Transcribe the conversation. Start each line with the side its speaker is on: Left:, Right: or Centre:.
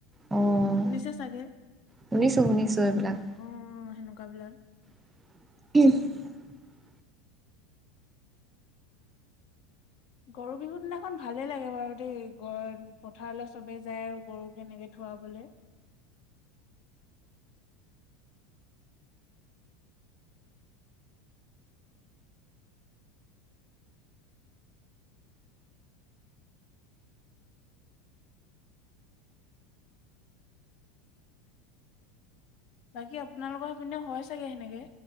Right: অঁ
Left: শুনিছে চাগে,
Right: শুনিছো শুনিছো এইবিলাক
Left: আহ সেনেকুৱা বিলাক
Right: <unintelligible>
Left: গৰু বিহুৰ দিনাখন ভালেই লাগে বাৰু দেই গ পথাৰলৈ চবেই যায় আৰু গৰু কেনেকে ধুৱাবলে। বাকী আপোনালোকৰ সেইপিনে হয় চাগে সেনেকে।